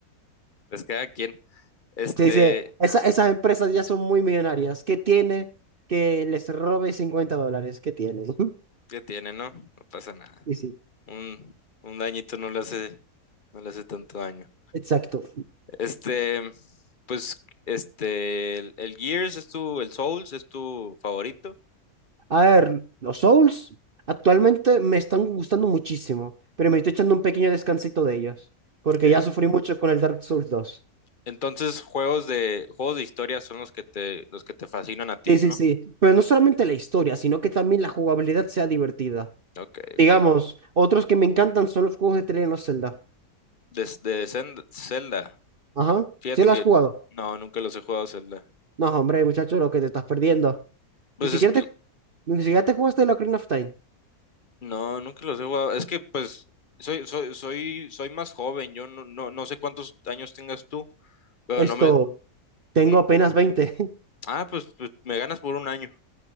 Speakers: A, on the left; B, on the right.
A: Pues cada quien, este,
B: Sí, sí, esa- esas empresas ya son muy millonarias. ¿Qué tiene que les robe 50 dólares? ¿Qué tiene? <laughs>
A: que tiene, ¿no? No pasa nada.
B: Sí, sí,
A: Un, un dañito no le hace, no le hace tanto daño.
B: exacto.
A: Este, pues, este, el, el Gears es tu, el Souls es tu favorito.
B: A ver, los Souls actualmente me están gustando muchísimo, pero me estoy echando un pequeño descansito de ellos, porque
A: Ok.
B: ya sufrí mucho con el Dark Souls dos.
A: Entonces, juegos de, juegos de historia son los que te, los que te fascinan a ti,
B: Sí,
A: ¿no?
B: sí, sí, pero no solamente la historia, sino que también la jugabilidad sea divertida.
A: Ok,
B: Digamos,
A: ok.
B: otros que me encantan son los juegos de The Legend of Zelda.
A: De, de Zen- Zelda.
B: Ajá,
A: Fíjate
B: ¿sí lo
A: que
B: has jugado?
A: no, nunca los he jugado Zelda.
B: No, hombre, muchacho, lo que te estás perdiendo.
A: Pues
B: Ni siquiera
A: es que
B: te, ni siquiera te jugaste el Ocarina of Time.
A: no, nunca los he jugado. Es que pues soy, soy, soy, soy más joven. Yo no, no, no sé cuántos años tengas tú, pero
B: Esto,
A: no me.
B: tengo
A: ¿Mm?
B: apenas 20. <laughs>
A: Ah, pues, pues, me ganas por un año.